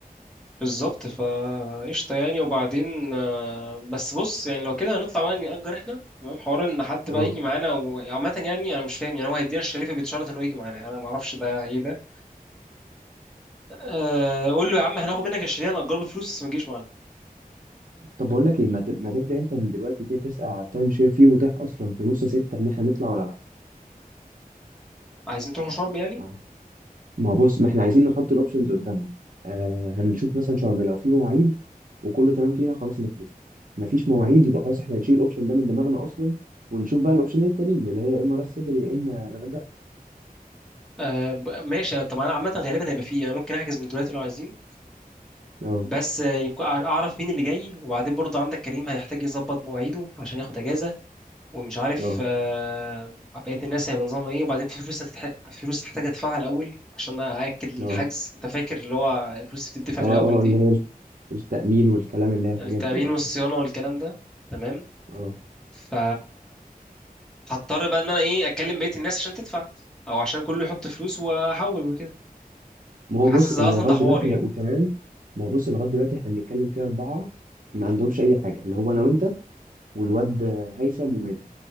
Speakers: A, in the centre; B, on the right.
A: بالظبط فقشطة يعني وبعدين آه، بس بص يعني لو كده هنطلع بقى نأجر احنا تمام حوار ان حد بقى
B: اه
A: يجي معانا وعامة يعني انا مش فاهم يعني هو هيدينا الشريفة بيتشرط انه يجي معانا انا ما اعرفش ده ايه ده أه قول له يا عم هناخد منك الشريفة هنأجره بفلوس بس ما تجيش معانا
B: طب بقول لك ايه ما تب- ما تبدا انت من دلوقتي كده تسال على التايم شير فيه متاح اصلا في نص 6 ان احنا نطلع ولا
A: عايزين تروحوا شرم يعني
B: لا ما هو بص ما احنا عايزين نحط الاوبشنز قدامنا آه هنشوف مثلا شرم لو في مواعيد وكله تمام فيها خلاص نحجز ما فيش مواعيد يبقى خلاص احنا هنشيل الاوبشن ده من دماغنا اصلا ونشوف بقى الاوبشنين التانيين اللي هي يا اما راس سدر يا اما الغردقه
A: أه ب- ماشي طب انا عامة غالبا هيبقى فيه يعني ممكن احجز من دلوقتي لو عايزين
B: اه
A: بس آه، يكون- اعرف مين اللي جاي وبعدين برضه عندك كريم هيحتاج يظبط مواعيده عشان ياخد اجازة ومش عارف
B: اه
A: آه، بقية الناس هيبقى نظامها ايه وبعدين في فلوس هتتح... فلوس هحتاج ادفعها الاول عشان ااكد الحجز
B: اه
A: انت فاكر اللي هو الفلوس اللي بتدفع
B: اه
A: في الاول دي
B: اه اللي هي التأمين والكلام اللي هي الحاجات
A: التامين
B: دي اه
A: والصيانة والكلام ده تمام
B: اه
A: ف هضطر بقى ان انا ايه اكلم بقية الناس عشان تدفع او عشان كله يحط فلوس واحول وكده
B: ما هو
A: حاسس
B: بص
A: ده
B: اللي
A: اصلا
B: لغاية
A: ده حوار
B: دلوقتي
A: يعني
B: هيبقوا تمام ما هو بص اللي لغاية دلوقتي احنا بنتكلم فيه أربعة ما عندهمش أي حاجة اللي هو أنا وأنت والواد هيثم ومازن